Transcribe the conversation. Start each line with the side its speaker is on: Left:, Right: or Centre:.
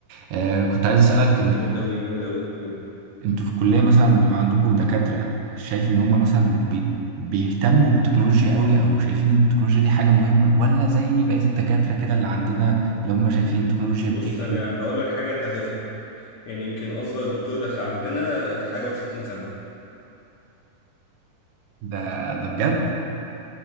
Right: آه كنت عايز اسالك انت
Left: جامد قوي جامد قوي بجد
Right: انتوا في الكلية مثلا بيبقى عندكم دكاترة شايف ان هم مثلا بي... بيهتموا بالتكنولوجيا قوي او شايفين ان التكنولوجيا دي حاجة مهمة ولا زي بقية الدكاترة كده اللي عندنا اللي هم شايفين التكنولوجيا
Left: بص
Right: بتمشي
Left: انا هقول لك حاجه انت هتفهم يعني يمكن أصغر دكتور دخل عندنا حاجة وستين سنة
Right: ده ده بجد